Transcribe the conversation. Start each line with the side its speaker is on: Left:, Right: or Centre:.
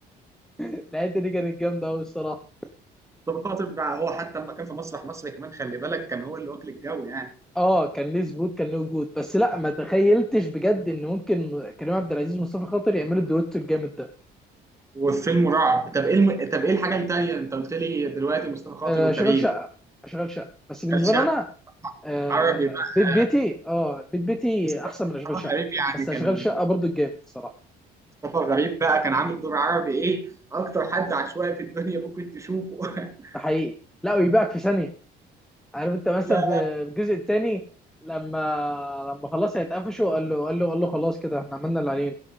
Centre: <laughs> الحته دي كانت جامده قوي الصراحه
Right: مصطفى خاطر بقى هو حتى لما كان في مسرح مصر كمان خلي بالك كان هو اللي واكل الجو يعني
Centre: اه كان ليه ثبوت كان ليه وجود بس لا ما تخيلتش بجد ان ممكن كريم عبد العزيز ومصطفى خاطر يعملوا الدويتو الجامد ده
Right: والفيلم رعب طب ايه الم... طب ايه الحاجه التانيه انت قلت لي دلوقتي مصطفى خاطر
Centre: آه
Right: وكريم
Centre: شغال شقه شغال شقه بس بالنسبه
Right: قال شق
Centre: لي انا آه
Right: عربي بقى
Centre: بيت بيتي اه بيت بيتي
Right: مصطفى
Centre: احسن من اشغال شقه
Right: غريب يعني
Centre: بس اشغال
Right: كان
Centre: شقه برضو الجامد الصراحه
Right: مصطفى غريب بقى كان عامل دور عربي ايه اكتر حد عشوائي في الدنيا ممكن تشوفه <laughs>
Centre: ده حقيقي لا ويبيعك في ثانيه عارف انت مثلا
Right: لا
Centre: في في الجزء الثاني لما لما خلاص هيتقفشوا قال له قال له قال له خلاص كده احنا عملنا اللي علينا